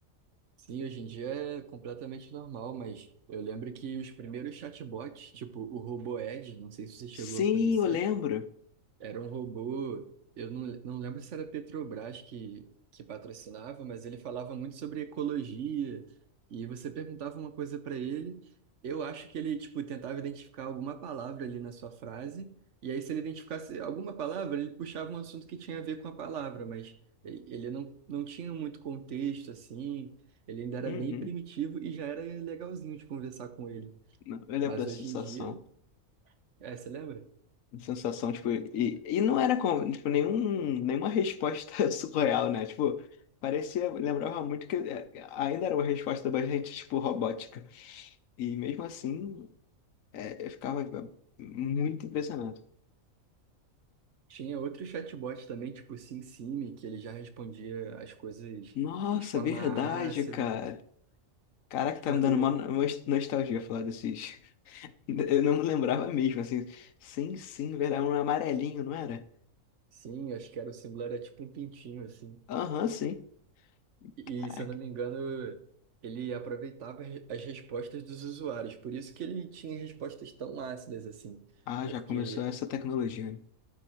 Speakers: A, on the right (about 65°); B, on the left (about 80°).
A: Sim, hoje em dia é completamente normal, mas eu lembro que os primeiros chatbots, tipo o Robo Ed, não sei se você chegou
B: Sim,
A: a conhecer,
B: eu lembro.
A: Era um robô, eu não, não lembro se era Petrobras que, que patrocinava, mas ele falava muito sobre ecologia, e você perguntava uma coisa para ele, eu acho que ele, tipo, tentava identificar alguma palavra ali na sua frase, e aí se ele identificasse alguma palavra, ele puxava um assunto que tinha a ver com a palavra, mas ele ele não, não tinha muito contexto, assim, ele ainda era
B: Uhum.
A: bem primitivo e já era legalzinho de conversar com ele.
B: Não, Eu lembro
A: Mas
B: da
A: hoje
B: sensação.
A: em dia, é, você lembra?
B: Sensação, tipo, e, e não era como, tipo, nenhum, nenhuma resposta <laughs> surreal, né? Tipo, parecia, lembrava muito que é, ainda era uma resposta bastante, tipo, robótica. E mesmo assim, é, eu ficava é, muito impressionado.
A: Tinha outro chatbot também, tipo o SimSimi, que ele já respondia as coisas
B: Nossa,
A: de forma
B: verdade,
A: ácida.
B: cara. Caraca, tá
A: Porque,
B: me dando uma no- nostalgia falar desses. <laughs> Eu não me lembrava mesmo, assim. Sim, sim, velho, era um amarelinho, não era?
A: sim, acho que era o símbolo era tipo um pintinho, assim.
B: Aham, sim.
A: E,
B: Caraca.
A: e, se eu não me engano, ele aproveitava as as respostas dos usuários. Por isso que ele tinha respostas tão ácidas, assim.
B: Ah,
A: Porque
B: já começou essa tecnologia. né?